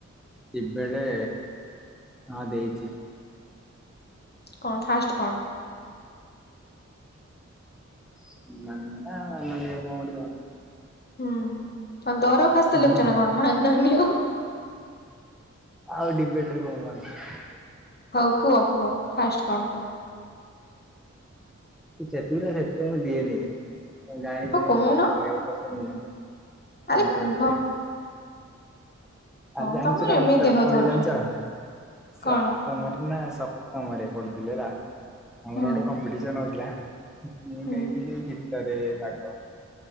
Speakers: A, in the centre; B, on the left (about 35°).
A: <inaudible> ଇବେଡ଼ ହଁ ଦେଇଚି।
B: କଣ ଫାଷ୍ଟ କଣ?
A: ସମ୍ମାନୀୟ ନା ମାନନୀୟ କଣ ଗୋଟେ କହନ୍ତି?
B: ହୁଁ, କଣ ଦରଖାସ୍ତ
A: ନୁହଁ
B: ଲେଖୁଛ ନା କଣ ମାନନୀୟ।
A: ଆଉ ଡିବେଟରେ କଣ କହନ୍ତି?
B: ହଉ କୁହ କୁହ ଫାଷ୍ଟ କଣ କୁହ?
A: ମୁଁ ସେତିଗୁରା ସେତେ ମୁଁ ଦିଏନି, ତମେ ଜାଣିଛ
B: ହଉ
A: ମତେ
B: କହୁନ।
A: କଥା କହିବାକୁ ପସନ୍ଦ ନୁହଁ।
B: ଆରେ
A: ମୋ ଦେହ
B: କୁହ
A: ଥରେ।
B: ହଁ
A: ଆ ଜାଣିଛ
B: ତମର
A: ନା
B: ଏମିତି
A: ଗୋଟେ ଥର
B: ଦେହ
A: କଣ
B: ଧରୁଛି
A: ହେଇଚି ଜାଣିଛ? ସେପ୍ତମରେ
B: କଣ
A: ନା ସ୍ ପ୍ତମରେ ପଡୁଥିଲି ହେଲା, ଆମର
B: ହୁଁ
A: ଗୋଟେ କମ୍ପିଟିସନ ହଉଥିଲା ମୁଁ
B: ହୁଁ
A: ନେଇଥିଲି ଗୀ ଭିତରେ ବାଘ।